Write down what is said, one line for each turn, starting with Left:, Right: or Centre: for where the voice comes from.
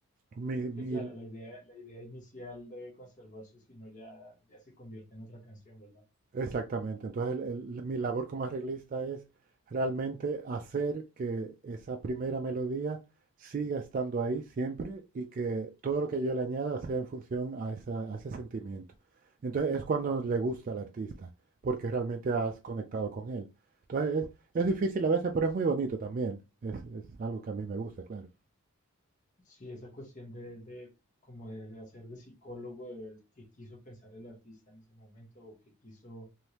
Right: Mi, mi
Left: Sí, claro, la idea, la idea inicial debe conservarse, si no ya, ya se convierte en otra canción, ¿verdad?
Right: Exactamente. Entonces, el- el- mi labor como arreglista es realmente hacer que esa primera melodía siga estando ahí siempre y que todo lo que yo le añada sea en función a, esa- a ese sentimiento. Entonces, es cuando le gusta al artista, porque realmente has conectado con él. Entonces, es, es difícil a veces, pero es muy bonito también. Es, es algo que a mí me gusta, claro.
Left: Sí, esa cuestión de, de como de hacer de psicólogo, de ver qué quiso pensar el artista en ese momento o qué quiso